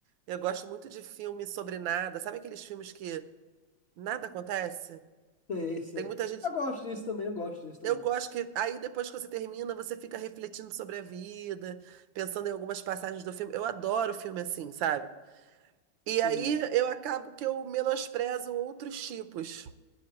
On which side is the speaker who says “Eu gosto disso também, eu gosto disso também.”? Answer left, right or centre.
Left